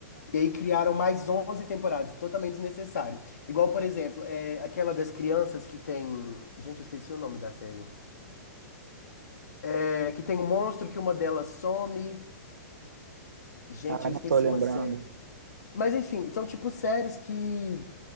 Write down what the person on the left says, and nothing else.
E aí criaram mais 11 temporadas, totalmente desnecessário. Igual, por exemplo, é, aquela das crianças que tem... Gente, eu esqueci o nome da série. É, que tem um monstro que uma delas some. Gente,
eu
esqueci
uma série. Mas, enfim, são tipo séries que